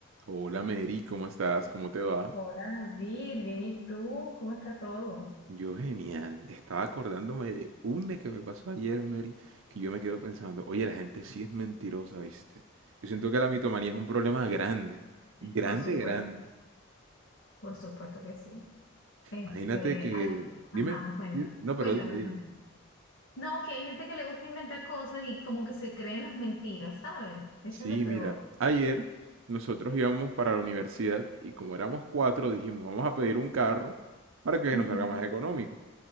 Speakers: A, on the right; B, on the left.
A: Hola Mary, ¿cómo estás? ¿Cómo te va?
B: Hola, David, bien, ¿y tú? ¿Cómo está todo?
A: Yo genial. Estaba acordándome de una que me pasó ayer, Mary, que yo me quedo pensando, oye, la gente sí es mentirosa, ¿viste? Yo siento que la mitomanía es un problema grande, grande,
B: Por supuesto,
A: grande.
B: por supuesto que sí. Este,
A: Imagínate que...
B: hay,
A: Dime,
B: ajá, cuéntame,
A: sí, no,
B: cuéntame,
A: pero dime, dime.
B: pues. No, que hay gente que le gusta inventar cosas y como que se creen las mentiras, ¿sabes? Eso
A: Sí,
B: es lo peor.
A: mira, ayer nosotros íbamos para la universidad y como éramos cuatro, dijimos, vamos a pedir un carro para que
B: Ujú,
A: nos salga más económico.